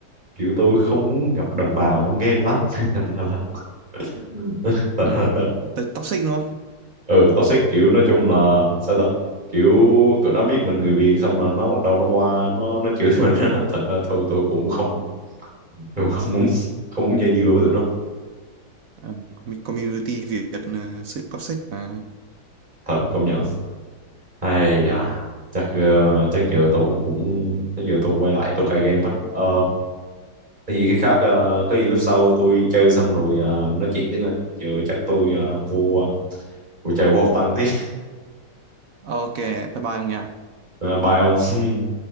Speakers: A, on the right; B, on the right.
A: kiểu tôi không muốn gặp đồng bào trong game lắm <laughs> thành ra là <laughs> thành
B: ờ
A: ra là đó
B: tới toxic luôn
A: ừ toxic kiểu nói chung là sao ta kiểu tụi nó biết mình người Việt xong là nó bắt đầu nó qua nó nó chửi <laughs> mình á. thành ra thôi tôi cũng không tôi không muốn không muốn dây dưa với tụi nó
B: Ờ, commu- community Việt uh, sự toxic mà
A: thật công nhận ai da chắc ờ, chắc giờ tôi cũng chắc giờ tôi quay lại tôi cài game á Ờ, có gì khi khác ờ, có gì lúc sau tôi chơi xong rồi ờ, nói chuyện tiếp nè giờ chắc tôi ờ, vô vô chơi vô học tăng tí <laughs>
B: ok bye bye ông nhỉ
A: Ờ, bye ông <laughs>